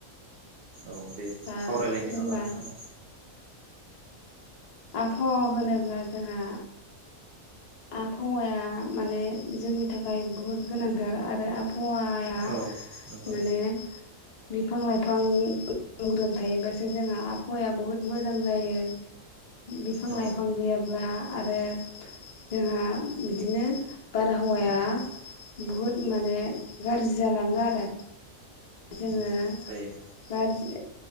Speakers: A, on the right; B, on the left.
A: औ दे
B: दा
A: सावरायलायनो
B: जेनेबा
A: हागोन नोंथां औ
B: आभावा होनोब्ला जोङो आभावाया माने जोंनि थाखाय बहुद गोनांथार आरो आभा- वाया
A: औ नंगौ
B: माने बिफां लाइफां ग्रोम ग्रोम थायोबासो जोंहा आभावाया बुहुद मोजां जायो बिफां
A: औ
B: लाइफां गैयाब्ला आरो जोंहा बिदिनो बारहावाया बुहुद माने गाज्रि जालाङो आरो जोङो
A: उम जायो
B: गाज-